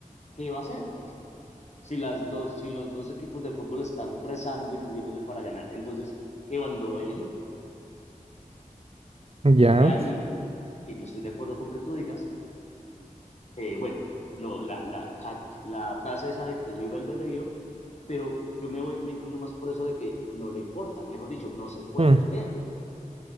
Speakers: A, on the left; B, on the right.
A: ¿qué va a hacer? Si, las dos, si los dos equipos de fútbol están rezando y pidiéndole para ganar, entonces, ¿qué bando va a elegir?
B: Ujú, ya.
A: De ahí que yo estoy de acuerdo con que tú digas, eh, bueno, lo- la, la ca- la frase esa de que libre albedrío, pero yo me voy, me inclino más por eso de que no le importa, mejor dicho, no se puede
B: Mm.
A: meter. O